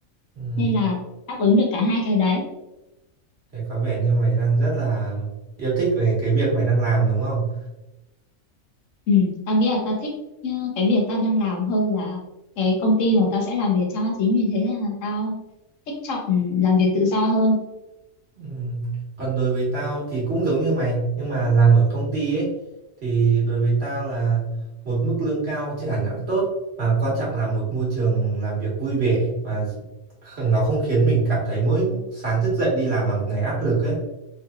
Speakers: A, on the right; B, on the left.
A: Ừ.
B: Nên là đáp ứng được cả hai cái đấy.
A: Thế có vẻ như mày đang rất là yêu thích về cái việc mày đang làm đúng không?
B: Ừ, tao nghĩ là tao thích ờ, cái việc tao đang làm hơn là cái công ty mà tao sẽ làm việc cho chính vì thế là tao thích chọn làm việc tự do hơn
A: Ừm, Còn đối với tao thì cũng giống như mày, nhưng mà làm ở công ty ấy thì đối với tao là một mức lương cao chưa hẳn đã tốt mà quan trọng là một môi trường làm việc vui vẻ và kh- nó không khiến mình cảm thấy mỗi sáng thức dậy đi làm là một ngày áp lực ấy